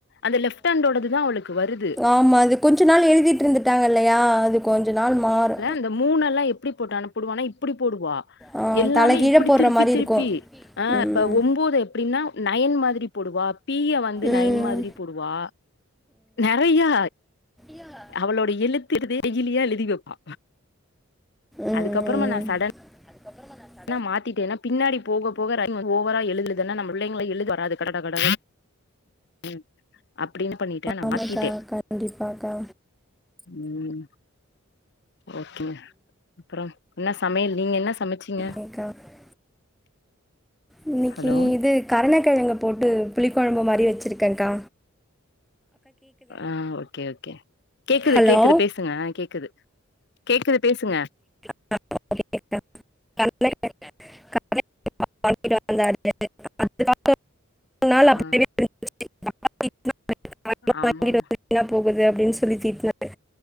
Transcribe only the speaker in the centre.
ஆமா அது கொஞ்ச நாள் எழுதீட்ருந்துட்டாங்க இல்லயா அது கொஞ்ச நாள் மாறு
ஆ
தலைகீழ
போடுற
மாரி
இருக்கும்
ம்
ம்
யா
ம்
<inaudible>
ஆமாக்கா
கண்டிப்பாக்கா
<unintelligible> இன்னிக்கு
இது கரணக்கெழங்கு போட்டு புளி கொழம்பு மாரி வெச்சிருக்கேங்கா
ஹலோ
<unintelligible> <unintelligible> <unintelligible>
வாங்கிட்டு வந்து வீணா போகுது அப்டின் சொல்லி தீட்டினாரு